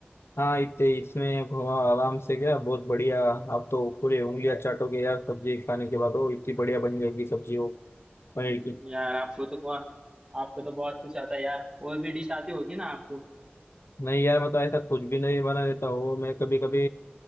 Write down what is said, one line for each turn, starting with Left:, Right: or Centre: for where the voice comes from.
Left: हाँ इतने इसमें आप आराम से क्या बहुत बढ़िया आप तो पूरे उंगलियां चाटोगे यार सब्जी खाने के बाद वो इतनी बढ़िया बन जाएगी सब्जी वो पनीर की
Right: यार आपको तो बहुत आपको तो बहुत कुछ आता है यार और भी डिश आती होगी ना आपको
Left: नहीं यार मतलब ऐसा कुछ भी नहीं बना लेता हूँ मैं कभी कभी